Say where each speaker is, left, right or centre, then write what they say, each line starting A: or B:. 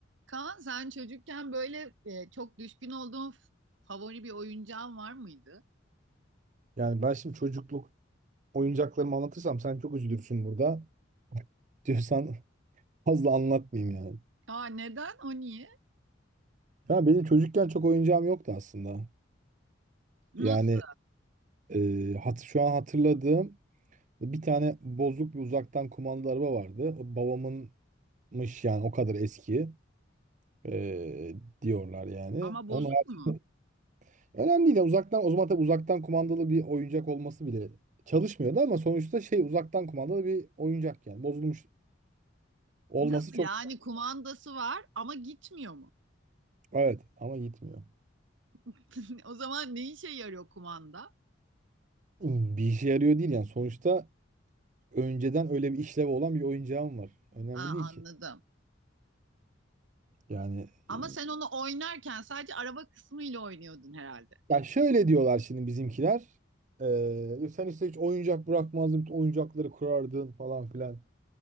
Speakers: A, on the right; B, on the right.
A: Kaan sen çocukken böyle e, çok düşkün olduğun f- favori bir oyuncağın var mıydı?
B: Yani ben şimdi çocukluk oyuncaklarımı anlatırsam sen çok üzülürsün burada. <laughs> Diyorsan fazla anlatmayayım yani.
A: Aa neden? O niye?
B: Ya benim çocukken çok oyuncağım yoktu aslında.
A: Nasıl?
B: Yani e, hat şu an hatırladığım bir tane bozuk bir uzaktan kumandalı araba vardı. O babamınmış yani o kadar eski e, diyorlar yani.
A: Ama
B: Onun
A: bozuk
B: haricinde
A: mu?
B: önemli değil. Yani uzaktan o zaman tabii uzaktan kumandalı bir oyuncak olması bile çalışmıyordu ama sonuçta şey uzaktan kumandalı bir oyuncak yani. Bozulmuş
A: <laughs>
B: olması
A: Nasıl?
B: çok
A: Yani kumandası var ama gitmiyor mu?
B: evet ama gitmiyor.
A: <laughs> O zaman ne işe yarıyor kumanda?
B: bir işe yarıyor değil yani. Sonuçta önceden öyle bir işlevi olan bir oyuncağım var. Önemli
A: Aa
B: değil
A: anladım.
B: ki. Yani
A: Ama
B: e,
A: sen onu oynarken sadece araba kısmıyla oynuyordun herhalde.
B: ya şöyle diyorlar şimdi bizimkiler. Ee, sen işte hiç oyuncak bırakmazdın, bütün oyuncakları kurardın falan filan.